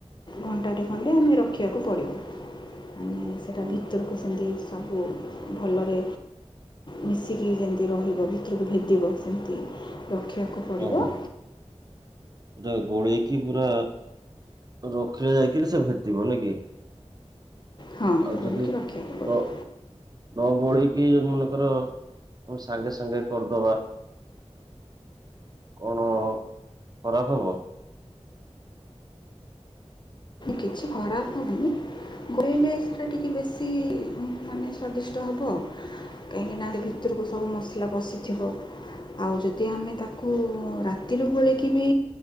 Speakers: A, on the left; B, on the right.
A: ଘଣ୍ଟାଟେ ଖଣ୍ଡେ ଆମେ ରଖିଆକୁ ପଡ଼ିବ। ମାନେ ସେଟା
B: ହୁଁ
A: ଭିତରୁକୁ ସେମିତି ସବୁ ଭଲରେ ମିଶିକି ଯେଁ ତି ରହିବ, ଭିତରୁକୁ ଭେଦିବ ସେମିତି ରଖିବାକୁ ପଡ଼ିବ।
B: ଓହୋ ପୁରା ଗୋଳେଇକି ପୁରା ରଖିଲେ ଯାଇକିରି ସେ ଭେଦିବ ନାଇକି। ଆଉ,
A: ହଁ ଗୋଳେଇକି
B: ଯଦି ନ
A: ରଖିବାକୁ ପଡ଼ିବ
B: ନ ଗୋଲେଇକି ମନେକର ଓ ସାଙ୍ଗେ ସାଙ୍ଗେ କରିଦବା। କଣ ଖରାପ ହେବ?
A: କିଛି ଖରାପ ହବନି ଗୋଳେଇଲେ ସେଟା ଟିକେ ବେଶୀ ମାନେ ସ୍ଵାଦିଷ୍ଟ ହବ। କାହିଁକି ନା ଭିତରୁକୁ ସବୁ ମସଲା ପଶିଥିବ। ଆଉ ଯଦି ଆମେ ତାକୁ ରାତିରୁ ଗୋଳେଇିକି ବି